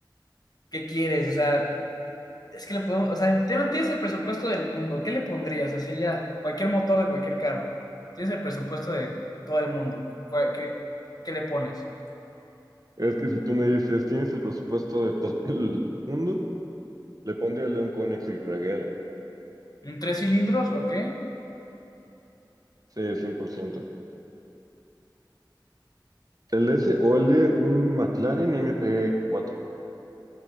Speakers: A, on the left (about 55°); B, on the right (about 50°).
A: qué quieres, o sea. Es que le podemos, o sea, te- no tienes el presupuesto del mundo, ¿qué le pondrías? Así ya, cualquier motor de cualquier carro. Tienes el presupuesto de todo el mundo. ¿cuál- ¿Qué, qué le pones?
B: Es que si tú me dices, tienes el presupuesto de todo el mundo, le pondría el de un Koenigsegg Regera.
A: ¿Un tres cilindros? ¿Ok? Ah,
B: Sí, cien por ciento El de ese o el de un McLaren MP4.